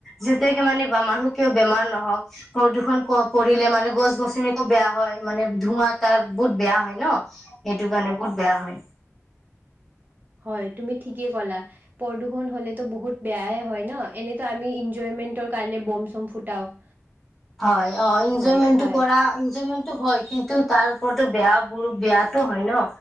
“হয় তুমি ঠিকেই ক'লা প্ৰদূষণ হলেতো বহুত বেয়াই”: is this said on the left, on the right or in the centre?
Right